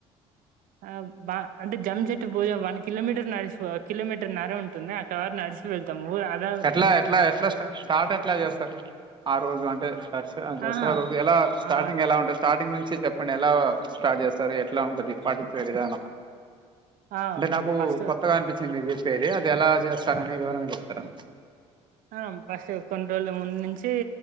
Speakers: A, on the right (about 65°); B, on the right (about 30°).
A: ఆ బా అంటే జమ్మిచెట్టు బూజ వన్ కిలోమీటర్ నడిచిపో కిలోమీటర్ నరా ఉంటుంది నడిచి వెళ్తాం ఇప్పుడు ఆధార్
B: ఎట్లా ఎట్లా ఎట్లా స్టా స్టార్ట్ ఎట్లా చేస్తారు ఆరోజు అంటే దర్స దసరా
A: ఆహా
B: రోజు ఎలా స్టార్టింగెలా
A: ఆ
B: ఉంటది స్టార్టింగ్ నుంచి చెప్పండి ఎలా స్టార్ట్ చేస్తారు ఎట్లా ఉంటది పాటించే విధానం
A: ఆ
B: అంటే నాకు
A: ఫస్ట్
B: కొత్తగా అనిపించింది మీరు చెప్పేది అది ఎలా చేస్తారనేది వివరంగా చెప్తారా
A: ఆ ఫస్ట్ కొన్ని రోజుల ముందు నుంచి